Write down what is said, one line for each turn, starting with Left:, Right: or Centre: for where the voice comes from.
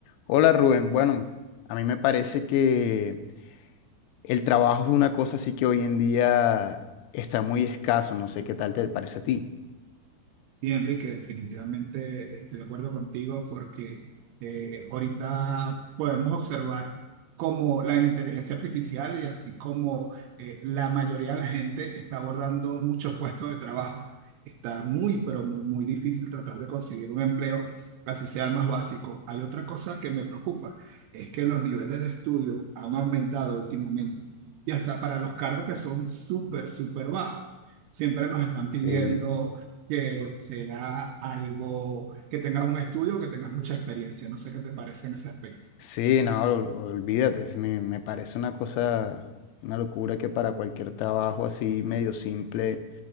Left: Hola Rubén, bueno, a mí me parece que el trabajo es una cosa así que hoy en día está muy escaso, no sé qué tal te parece a ti.
Right: Sí, Enrique, definitivamente estoy de acuerdo contigo porque eh, ahorita podemos observar cómo la inteligencia artificial y así como eh, la mayoría de la gente está abordando muchos puestos de trabajo. Está muy, pero muy, muy difícil tratar de conseguir un empleo, así sea el más básico. Hay otra cosa que me preocupa, es que los niveles de estudio han aumentado últimamente y hasta para los cargos que son súper, súper bajos. Siempre nos están
Left: Sí,
Right: pidiendo que sea algo que tengas un estudio, que tengas mucha experiencia. No sé qué te parece en ese aspecto.
Left: Sí, no, ol- olvídate, es- me, me parece una cosa, una locura que para cualquier trabajo así medio simple,